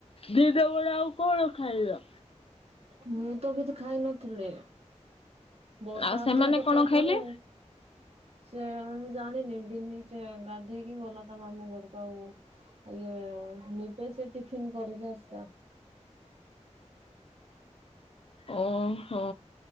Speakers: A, on the left; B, on the right.
A: ଦିନ ବେଳେ ଆଉ କଣ ଖାଇଲ?
B: ମୁଁ ତ କିଛି ଖାଇ ନଥିଲି। ବର୍ଷା
A: ଆଉ
B: ଆସୁଥିଲା
A: ସେମାନେ
B: ସକାଳୁ
A: କଣ ଖାଇଲେ?
B: ଠାରୁ ସେ ମୁଁ ଜାଣିନି, ବିନି ସେ ଗାଧେଇକି ଗଲା ତା ମାମୁଁ ଘରକୁ ଆଉ ଇଏ ନିବେ ସିଏ ଟିଫିିନ କରିକି ଆସିଲା।
A: ଓହୋ